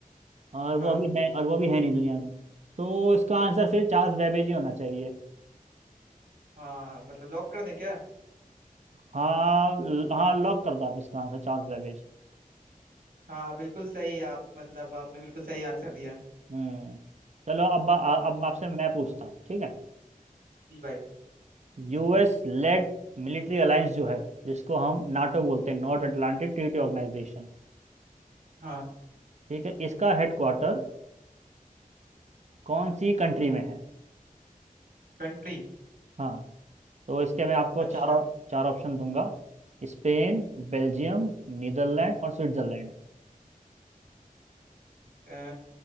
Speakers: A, on the right; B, on the right.
A: और वो
B: हाँ
A: अभी है और वो भी है नहीं दुनिया में तो इसका आंसर फिर चार्ल्स बेबेज ही होना चाहिए
B: हाँ मतलब लॉक कर दें क्या
A: हाँ ल- हाँ लॉक कर दो आप इसका आंसर चार्ल्स बेबेज
B: हाँ बिल्कुल सही आप मतलब आपने बिल्कुल सही आंसर दिया
A: हम्म चलो अब आ- अब आपसे मैं पूछता हूँ ठीक है
B: जी भाई
A: यूएस लेड मिलिट्री अलायंस जो है जिसको हम नाटो बोलते हैं नॉर्थ अटलांटिक ट्रीटी ऑर्गेनाइजेशन
B: हाँ
A: ठीक है इसका हेडक्वार्टर कौन सी कंट्री में है
B: कंट्री
A: हाँ तो इसके मैं आपको
B: अच्छा
A: चार ऑप- चार ऑप्शन दूंगा स्पेन बेल्जियम नीदरलैंड और स्विट्जरलैंड
B: अ,